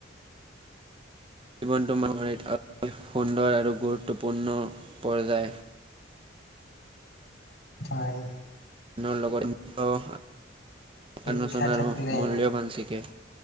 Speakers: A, on the right; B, on the left.
A: জীৱনটো মানুহে অ সুন্দৰ আৰু গুৰুত্বপূৰ্ণ পৰ্যায়
B: হয়
A: আনৰ লগত নিজেও
B: শিক্ষা
A: আলোচন
B: থাকিলে
A: আৰু মূল্যবান শিকে।